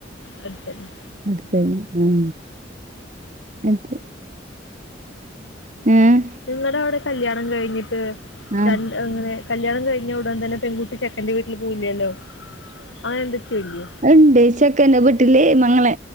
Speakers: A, on the left; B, on the right.
A: അടുത്തന്നെ
B: അടുത്തന്നെ ഉം എന്ത് ഏഹ്
A: നിങ്ങടെ അവിടെ കല്യാണം കഴിഞ്ഞിട്ട്
B: ആഹ്
A: രണ് അങ്ങനെ കല്യാണം കഴിഞ്ഞ ഉടൻ തന്നെ പെൺകുട്ടി ചെക്കൻന്റെ വീട്ടിൽ പോവില്ലല്ലോ അങ്ങനെ എന്തൊക്കെയോ ഇല്ലേ
B: ഇണ്ടെ ചെക്കന്റെ വീട്ടില് മങ്ങനെ